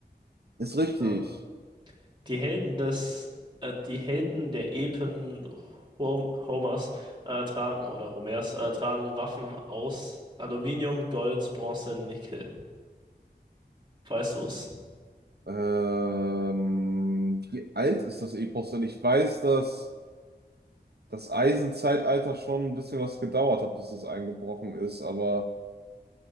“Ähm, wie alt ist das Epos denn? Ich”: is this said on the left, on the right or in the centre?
Right